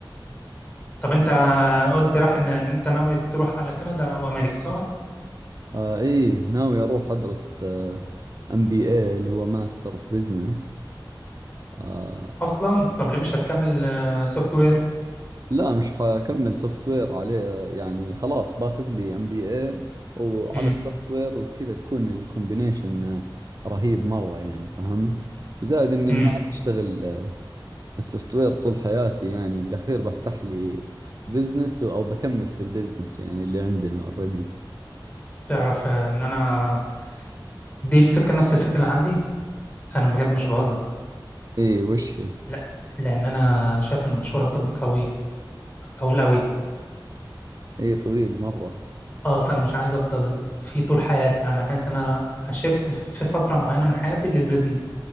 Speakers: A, on the left; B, on the right.
A: طب انت قلت راح ان ان انت ناوي تروح على كندا او امريكا صح
B: آه ايه ناوي اروح ادرس ام بي اي اللي هو ماستر اوف بزنس آه
A: اصلا طب ليه مش هتكمل سوفت وير
B: لا مش حكمل سوفت وير عليه يعني خلاص باخذ لي ام بي اي وعلى
A: امم
B: السوفت وير وكذا تكون الكومبينيشن رهيب مرة يعني فهمت وزائد اني
A: امم
B: ما بشتغل في السوفت وير طول حياتي يعني بالأخير بفتح لي بزنس أو بكمل في البزنس يعني اللي عندنا اوريدي
A: تعرف آه، ان انا دي الفكره نفس الفكره اللي عندي انا بجد مش بهزر
B: إيه وش هي
A: لا لان انا شايف ان مشوار الطب طويل طويل قوي
B: إيه طويل مرة
A: اه فانا مش عايز افضل فيه طول حياتي يعني عايز انا اشفت في فتره معينه من حياتي للبيزنس